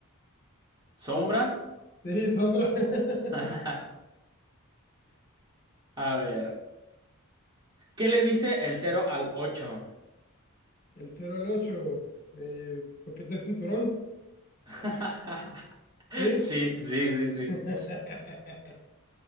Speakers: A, on the right (about 20°); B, on the left (about 40°).
A: ¿Sombra?
B: Sí, sombra. <laughs>
A: <laughs> A ver. ¿Qué le dice el cero al ocho?
B: El cero al ocho Eh, ¿por qué te cinturón?
A: <laughs>
B: ¿Sí?
A: Sí, sí, sí, sí.
B: <laughs>